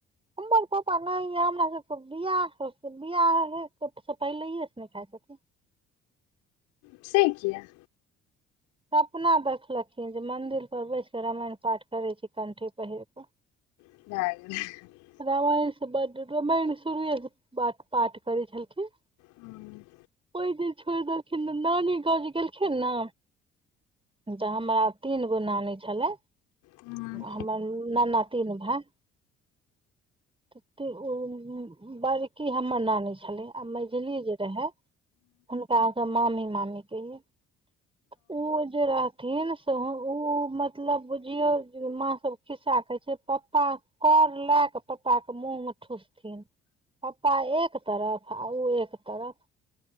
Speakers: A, on the right (about 15°); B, on the left (about 65°).
A: हमर पप्पा नै य हमरा सभस बियाह बियाहे स पहिलेहेस नहि खाइ छथिन्ह
B: से किया
A: सपना देखलखिन्ह जे मन्दिर पर बैस क रामायण पाठ करय छी कण्ठी पहिर कऽ
B: <unintelligible>
A: रामायनसँ बड्ड रामायण शुरुएसँ पर पाठ करै छलखिन
B: हूँ
A: ओइ दिन छोड़ि देलखिन्ह नानी गाव जे गेलखिन्ह न तऽ हमरा तीन गो नानी छलै
B: हूँ
A: हमर नाना तीन भाय तते ओं बड़की हमर नानी छलै आ मैझिली जे र‌एहा हुनका हम सब मामी मामी कहियै ओ जे रहथिन्ह से उ मतलब बुझियौ जे माँ सभ खिस्सा कहे छै पप्पा कर लए कऽ पप्पा के मुँह मे ठुसथिन पप्पा एक तरफ आ ओ एक तरफ